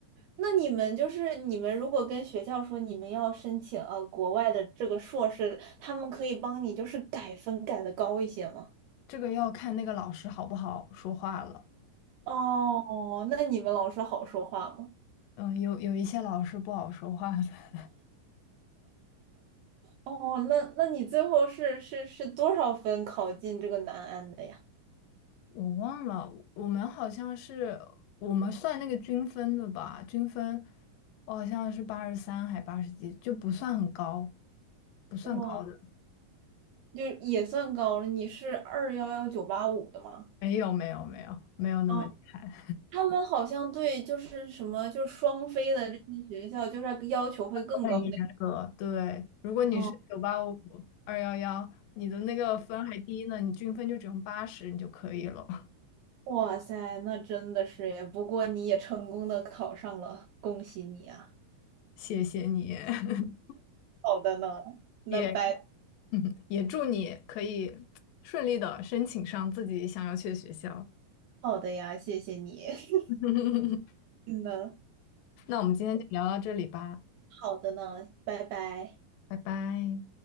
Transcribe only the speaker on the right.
那你们就是你们如果跟学校说你们要申请呃国外的这个硕士，他们可以帮你就是改分改的高一些吗？
哦，那你们老师好说话吗？
哦，那那你最后是是是多少分考进这个南安的呀？
哇，就是也算高了。你是二幺幺九八五的吗？
啊，他们好像对就是什么就是双非的这些学校，就是要求会更高那个。
哦，
哇塞，那真的是耶！不过你也成功的考上了，恭喜你啊！
好的呢，那拜，
好的呀，谢谢你。<laughs>
嗯呢，
好的呢，拜拜。